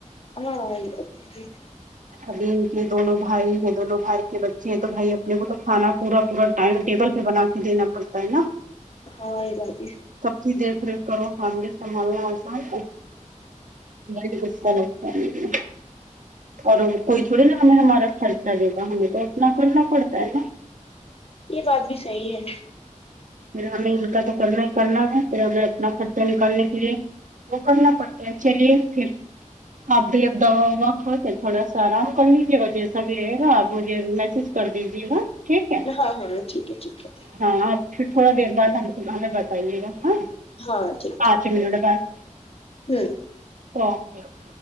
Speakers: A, on the left; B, on the right.
A: ہاں یہ بات بھی صحیح ہے <unintelligible>
B: ابھی ان کے دونوں بھائی ہیں دونوں بھائی کے بچے ہیں تو بھائی اپنے کو تو کھانا پورا پورا ٹائم ٹیبل پہ بنا دینا پڑتا ہے نا
A: ہاں یہ بات <unintelligible>
B: سب کی دیکھ ریکھ کرو فیملی سنبھالنا آسان ہے بھائی ایسا لگتا نہیں ہے اور کوئی تھوڑی نا ہمیں ہمارا خرچہ دے گا ہمیں تو اپنا کرنا پڑتا ہے نا
A: یہ بات بھی صحیح ہے
B: پھر ہمیں ان کا تو کرنا ہی کرنا ہے پھر ہمیں اپنا خرچہ نکالنے کے لیے وہ کرنا پڑتا ہے چلیے پھر آپ بھی اب دوا ووا کھا کے تھوڑا سا آرام کر لیجیے گا جیسا بھی رہے گا آپ مجھے میسج کر دیجیے گا ٹھیک ہے
A: ہاں ہاں ٹھیک ہے ٹھیک ہے
B: ہاں آپ پھر تھوڑا دیر بعد ہم ہمیں بتائیے گا ہاں
A: ہاں ٹھیک ٹھیک
B: <unintelligible>
A: ہوں
B: <unintelligible> وہ آپکے ہیں